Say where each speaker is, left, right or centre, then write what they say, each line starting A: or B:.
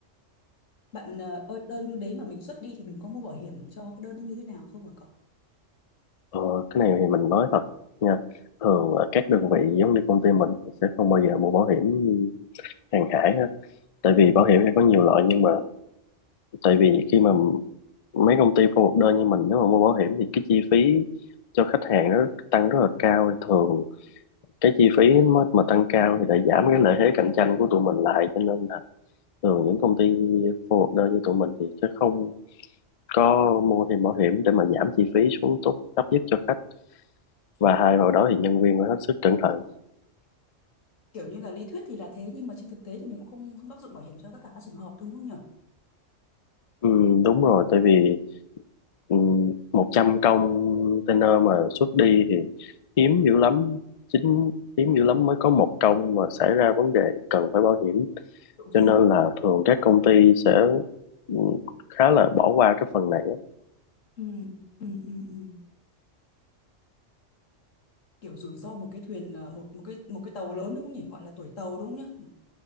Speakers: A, on the left (about 80°); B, on the left (about 50°).
A: Bạn ờ, ơi đơn đấy mà mình xuất đi thì mình có mua bảo hiểm cho cái đơn nó như thế nào không hả cậu?
B: ờ, cái này thì mình nói thật nha thường là các đơn vị giống như công ty mình sẽ không bao giờ mua bảo hiểm hàng hải hết tại vì bảo hiểm thì có nhiều loại nhưng mà tại vì khi mà mấy công ty forward đơn như mình nếu mà mua bảo hiểm thì cái chi phí cho khách hàng nó tăng rất là cao thì thường cái chi phí mà, mà tăng cao thì lại giảm cái lợi thế cạnh tranh của tụi mình lại cho nên là thường những công ty forward đơn như tụi mình thì sẽ không có mua thêm bảo hiểm để mà giảm chi phí xuống tốt thấp nhất cho khách và hai vào đó thì nhân viên phải hết sức cẩn thận
A: Kiểu như là lý thuyết thì là thế nhưng mà trên thực tế thì mình cũng không không áp dụng bảo hiểm cho tất cả các trường hợp đúng không nhỉ?
B: Ừm, đúng rồi tại vì um, 100 container mà xuất đi thì hiếm dữ lắm chính hiếm dữ lắm mới có một công mà xảy ra vấn đề cần phải bảo hiểm
A: Trộm
B: cho
A: vía.
B: nên là thường các công ty sẽ ừm, khá là bỏ qua cái phần này á.
A: Ừ, ừ, ừ, ừ. Kiểu rủi ro một cái thuyền là một một cái một cái tàu lớn đúng không nhỉ? Gọi là tuổi tàu đúng không nhỉ?